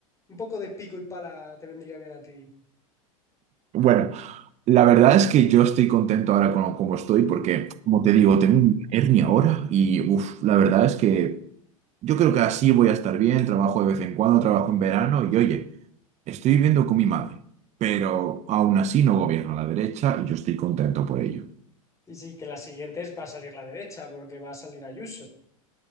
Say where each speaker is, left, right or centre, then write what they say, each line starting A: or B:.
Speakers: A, on the left; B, on the right.
A: un poco de pico y pala te vendría bien a ti.
B: bueno, la verdad es que yo estoy contento ahora con como estoy porque, como te digo, tengo una hernia ahora y, uff, la verdad es que yo creo que así voy a estar bien. Trabajo de vez en cuando, trabajo en verano y, oye. Estoy viviendo con mi madre, pero aún así no gobierna la derecha y yo estoy contento por ello.
A: Y sí, que las siguientes va a salir la derecha, porque va a salir Ayuso.